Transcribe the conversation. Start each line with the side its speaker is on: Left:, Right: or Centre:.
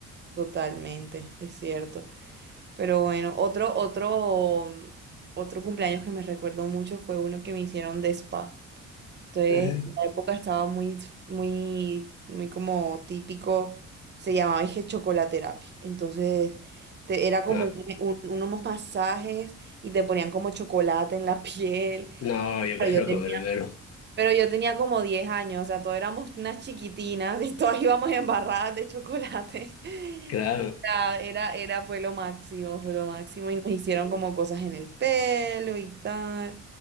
Right: Totalmente, es cierto. Pero bueno, otro, otro, otro cumpleaños que me recuerdo mucho fue uno que me hicieron de spa. Entonces,
Left: ¿Eh?
Right: en la época estaba muy, muy, muy como típico, se llamaba es que chocolaterapia. Entonces, te- era como
Left: No,
Right: un- un- unos masajes y te ponían como chocolate en la <laughs> piel.
Left: no, yo
Right: Pero
Left: prefiero
Right: yo tenía,
Left: comérmelo. <laughs>
Right: pero yo tenía como 10 años, o sea, todos éramos unas chiquitinas y todas íbamos embarradas de chocolate. <laughs>
Left: Claro.
Right: Era, era, era, fue lo máximo, fue lo máximo. Y nos hicieron como cosas en el pelo y tal.